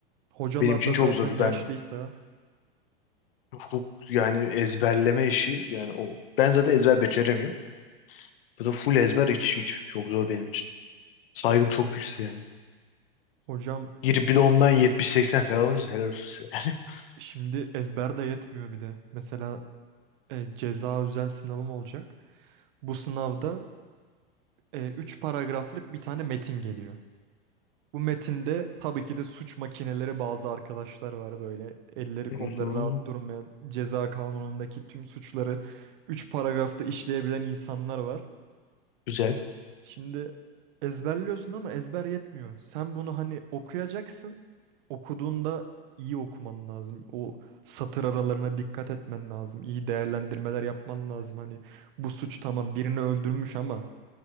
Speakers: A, on the right (about 60°); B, on the left (about 70°).
A: Hocalar
B: Benim için
A: da
B: çok
A: zaten
B: zor.
A: yaşlıysa,
B: Ben Hukuk yani ezberleme işi yani o ben zaten ezber beceremiyorum. Bu da full ezber hiç hiç çok zor benim için. Saygım çok büyük size yani.
A: hocam
B: Girip bir de ondan 70-80 falan alırsanız helal olsun size yani. <laughs>
A: Şimdi ezber de yetmiyor bir de. Mesela e, ceza özel sınavım olacak. Bu sınavda e, 3 paragraflık bir tane metin geliyor. Bu metinde tabii ki de suç makineleri bazı arkadaşlar var böyle elleri
B: Mhm.
A: kolları rahat durmayan ceza kanunundaki tüm suçları 3 paragrafta işleyebilen insanlar var.
B: Güzel.
A: Şimdi ezberliyorsun ama ezber yetmiyor. Sen bunu hani okuyacaksın. Okuduğunda iyi okuman lazım. O satır aralarına dikkat etmen lazım. İyi değerlendirmeler yapman lazım. Hani bu suç tamam birini öldürmüş ama